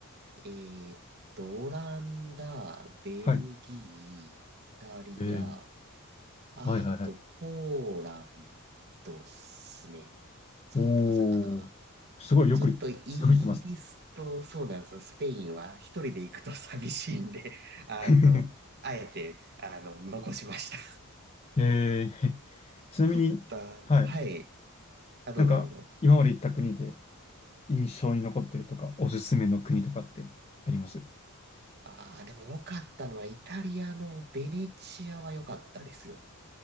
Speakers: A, on the right; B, on the left.
A: えっと、オランダ、ベルギー、
B: はい。
A: イタリア、
B: ええ
A: あと、
B: はいはいはい。
A: ポーランドっすね。そんなものだったかな。
B: おお、すごいよくい、
A: で、ちょっとイギリスと、
B: すごい行ってます。
A: そうなんですよ、スペインは一人で行くと寂しいんで、<laughs> あの、
B: <laughs>
A: あえて、あの、残しました。
B: えー、<laughs> ちなみに、
A: ちょっと、あの、
B: はい。
A: はい。あ、どうぞどうぞ。
B: なんか、今まで行った国で印象に残ってるとか、おすすめの国とかってあります
A: ああ、でも良かったのは、イタリアのベネチアは良かったですよ。